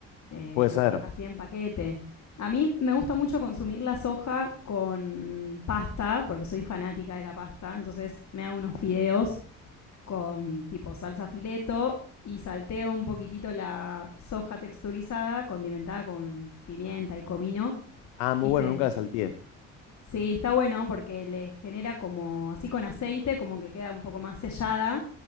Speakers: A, on the left; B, on the left.
A: eh,
B: Puede ser.
A: así en paquete. A mí me gusta mucho consumir la soja con pasta, porque soy fanática de la pasta, entonces me hago unos fideos con tipo salsa fileto y salteo un poquitito la soja texturizada, condimentada con pimienta y comino,
B: Ah, muy
A: y
B: bueno,
A: se,
B: nunca la salteé.
A: Sí, está bueno porque le genera como así con aceite, como que queda un poco más sellada